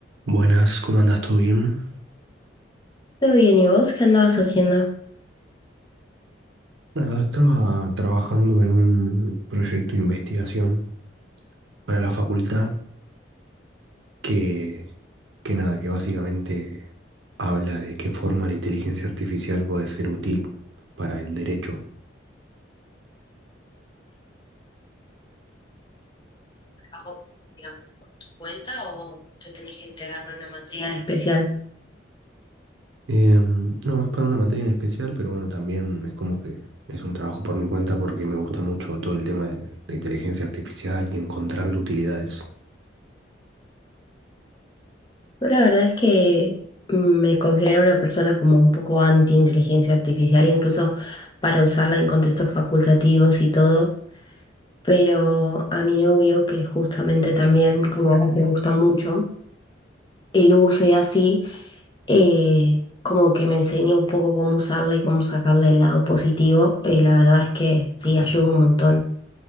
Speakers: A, on the right (about 75°); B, on the left (about 25°).
A: Buenas, ¿cómo andas? ¿Todo bien?
B: Todo bien, ¿y vos qué andabas haciendo?
A: Nada, estaba trabajando en un proyecto de investigación para la facultad que, que nada, que básicamente habla de qué forma la inteligencia artificial puede ser útil para el derecho.
B: ¿Bajo, digamos, cuenta o te tenés que entregar para una materia en especial? Especial.
A: Em, no, es para una materia en especial, pero bueno, también es como que es un trabajo por mi cuenta porque me gusta mucho todo el tema de, de inteligencia artificial y encontrarle utilidades.
B: Yo la verdad es que me considero una persona como un poco anti-inteligencia artificial, incluso para usarla en contextos facultativos y todo, pero a mi novio, que justamente también como a él le gusta mucho, el uso y así, eh, como que me enseña un poco cómo usarla y cómo sacarle el lado positivo, y la verdad es que sí, ayuda un montón.